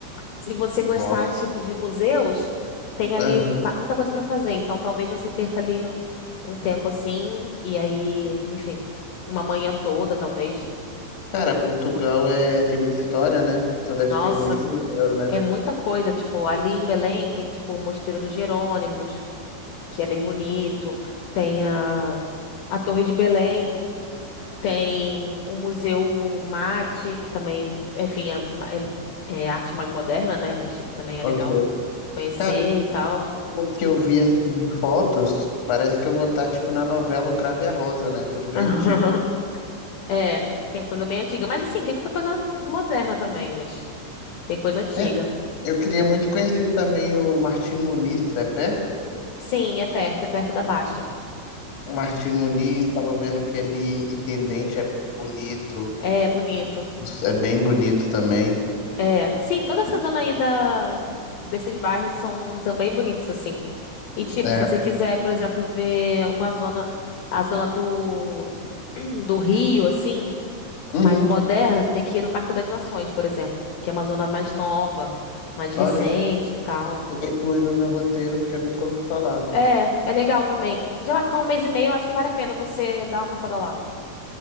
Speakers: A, on the left; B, on the left.
A: Se você gostar,
B: Gosto.
A: tipo, de museus, tem ali
B: Aham.
A: ma- muita coisa para fazer. Então, talvez você perca ali um tempo assim, e aí, enfim, uma manhã toda, talvez.
B: Cara, Portugal é... tem muita história, né? Então deve
A: Nossa,
B: ter muito museu, né?
A: é muita coisa. Tipo, ali em Belém tem, tipo, o Mosteiro dos Jerônimos, que é bem bonito. Tem a, a Torre de Belém. Tem o Museu Mate, que também, enfim, é, ma- é é arte mais moderna, né? Mas, tipo, também
B: Ok.
A: é legal conhecer
B: Cara,
A: e tal.
B: Pelo que eu vi assim em fotos, parece que eu vou estar tipo na novela O Cravo e a Rosa, né? Tudo bem
A: <laughs>
B: antigo.
A: É, tem coisa bem antiga. Mas assim, tem muita coisa moderna também, mas tem coisa antiga.
B: É, eu queria muito conhecer também o Martim Muniz, é perto?
A: Sim, é perto, é perto da Baixa.
B: O Martim Muniz, estava vendo que ele intendente é bonito,
A: É bonito.
B: é bem bonito também.
A: É. Sim, toda essa zona aí da... desses bairros são, são bem bonitos, assim. E tipo,
B: É.
A: se você quiser, por exemplo, ver uma zona, a zona do, <clears throat> do Rio, assim,
B: Uhum.
A: mais moderna, você tem que ir no Parque das Nações, por exemplo, que é uma zona mais nova, mais recente
B: Olha,
A: e tal.
B: eu vou incluir no meu roteiro porque eu nunca ouvi falar.
A: É, é legal também. Você vai ficar um mês e meio, eu acho que vale a pena você dar uma passada lá.